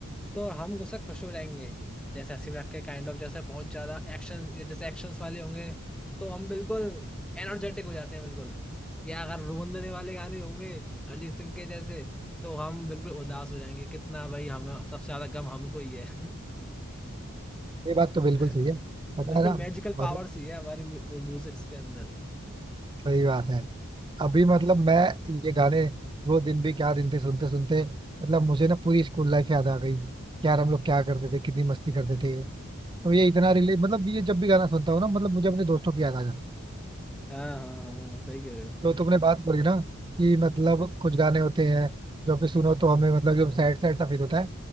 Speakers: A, in the centre; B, on the right.
A: तो हम उससे खुश हो जाएंगे जैसे हंसी मजाक के काइंड ऑफ जैसे बहुत ज्यादा एक्शन जैसे एक्शंस वाले होंगे तो हम बिल्कुल एनर्जेटिक हो जाते हैं बिल्कुल या अगर रोन देने वाले गाने होंगे अरिजीत सिंह के जैसे तो हम बिल्कुल उदास हो जाएंगे कितना भाई हमें सबसे ज्यादा गम हमको ही है
B: ये बात तो बिल्कुल
A: <laughs>
B: सही है पता
A: बिल्कुल
B: है ना
A: मैजिकल पावर्स
B: मतलब
A: ही है हमारी म्यू, म्यूजिक्स के अंदर
B: सही बात है अभी मतलब मैं ये गाने वो दिन भी क्या दिन थे सुनते सुनते मतलब मुझे ना पूरी स्कूल लाइफ याद आ गई कि यार हम लोग क्या करते थे कितनी मस्ती करते थे तो ये इतना रिले मतलब ये जब भी गाना सुनता हूँ ना मतलब मुझे अपने दोस्तों की याद आ जाती है
A: हाँ हाँ हाँ सही कह रहे हो
B: तो तुमने बात बोली ना कि मतलब कुछ गाने होते हैं जो कि सुनो तो हमें मतलब एकदम सैड सैड सा फील होता है